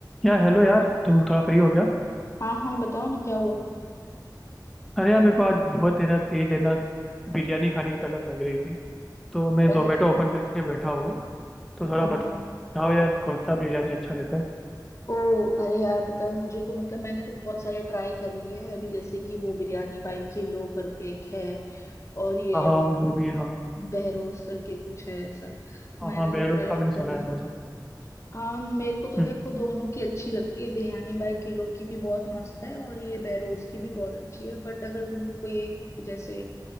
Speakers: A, in the centre; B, on the left (about 40°).
A: यार हेलो यार तुम थोड़ा फ्री हो गया
B: हाँ हाँ बताओ ना क्या हुआ
A: अरे यार मेरे को आज बहुत है ना तेज है ना बिरयानी खाने की तलब लग रही थी तो मैं
B: अर,
A: जोमेटो ओपन करके बैठा हूँ तो थोड़ा
B: हाँ हाँ
A: बताओ यार कौन सा बिरयानी अच्छा रहता है
B: ओ अरे यार पता है, मुझे तो मतलब मैंने तो बहुत सारे ट्राई कर लिए हैं अभी जैसे कि वो बिरयानी बाई किलो करके एक है और ये
A: हाँ हाँ
B: अपने
A: वो भी है हाँ
B: बहरोस करके कुछ है ऐसा
A: हाँ
B: मैंने
A: हाँ बैरोज
B: तो ट्राई
A: का मैंने
B: करे
A: सुना है
B: हैं
A: बहुत हाँ
B: हाँ मेरे को तो
A: हम्म
B: देखो दोनों की अच्छी लगती है बिरयानी बाई किलो की भी बहुत मस्त है और ये बहरोस की भी बहुत अच्छी है बट अगर तुमको कोई एक जैसे